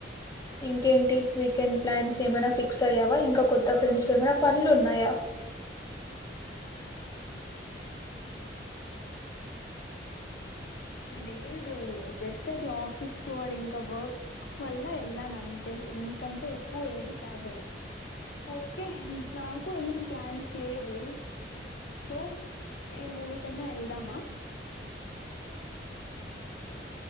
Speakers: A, on the left (about 20°); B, on the left (about 70°).
A: ఇంకేంటి వీకెండ్ ప్లాన్స్ ఏమైనా ఫిక్ క్స్ అయ్యావా ఇంకా కొత్త ఫ్రెండ్స్ ఏమైనా పనులున్నాయా
B: లేదు జస్ట్ అట్లా ఆఫీస్ స్టోర్ ఇంకా వర్క్ వల్ల ఎలా నంతే నీకంటే ఎక్కువ ఏది కాదే ఓకే నాకు ఏం ప్లాన్స్ లేవు సో ఏ మూవీ కన్నా ఎల్దమా